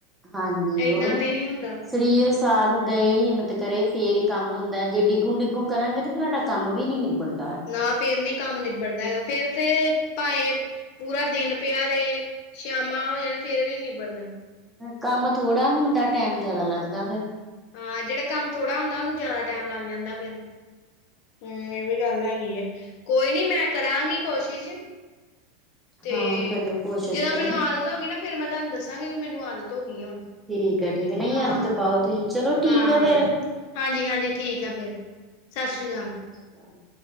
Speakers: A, in the centre; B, on the left (about 50°).
A: ਹਾਂਜੀ
B: ਏਦਾਂ
A: ਉਹੀ ਨਾ
B: ਤੇ ਨਹੀਂ ਹੁੰਦਾ।
A: ਸਰੀਰ ਸਾਥ ਦੇ, ਹਿੰਮਤ ਕਰੇ ਫਿਰ ਹੀ ਕੰਮ ਹੁੰਦਾ ਜੇ ਡਿੱਗੂ -ਡਿੱਗੂ ਕਰਾਂਗੇ ਤਾਂ ਫਿਰ ਹਾਡਾ ਕੰਮ ਵੀ ਨਿਬੜਦਾ।
B: ਨਾ ਫੇਰ ਨੀ ਕੰਮ ਨਿੱਬੜਦਾ ਹੈਗਾ ਫੇਰ ਤੇ ਭਾਏਂ ਪੂਰਾ ਦਿਨ ਪਿਆ ਰੇ ਸ਼ਿਆਮਾਂ ਹੋ ਜਾਣ ਫਿਰ ਵੀ ਨਿਬੜਦਾ।
A: ਕੰਮ ਥੋੜ੍ਹਾ ਹੁੰਦਾ ਟਾਇਮ ਜ਼ਿਆਦਾ ਲੱਗਦਾ ਫ਼ਿਰ।
B: ਹਾਂ ਜਿਹੜਾ ਕੰਮ ਥੋੜਾ ਹੁੰਦਾ ਉਹਨੂੰ ਜ਼ਿਆਦਾ ਟਾਈਮ ਲੱਗ ਜਾਂਦਾ ਫਿਰ‌। ਹਮ ਇਹ ਵੀ ਗੱਲ ਹੈਗੀ ਆ ਕੋਈ ਨੀ ਮੈਂ ਕਰਾਂਗੀ ਕੋਸ਼ਿਸ਼। ਤੇ
A: ਹਾਂ ਕਰਿਓ ਕੋਸ਼ਿਸ਼
B: ਜਦੋਂ
A: ਤੁਸੀਂ
B: ਮੈਨੂੰ ਆਦਤ ਹੋ ਗਈ ਨਾ ਫਿਰ ਮੈਂ ਤੁਹਾਨੂੰ ਦੱਸਾਂਗੀ ਵੀ ਮੈਨੂੰ ਆਦਤ ਹੋ ਗਈ ਐ ਹੁਣ।
A: ਠੀਕ ਹੈ ਠੀਕ ਹੈ ਨਹੀਂ
B: ਹਾਂ,
A: ਆਦਤ ਪਾਓ ਤੁਸੀਂ ਚਲੋ ਠੀਕ
B: ਹਾਂ
A: ਹੈ ਫੇਰ
B: ਹਾਂਜੀ-ਹਾਂਜੀ ਠੀਕ ਆ ਫਿਰ। ਸਤਿ ਸ਼੍ਰੀ ਅਕਾਲ।
A: ਸਸਰੀ ਕਾਲ।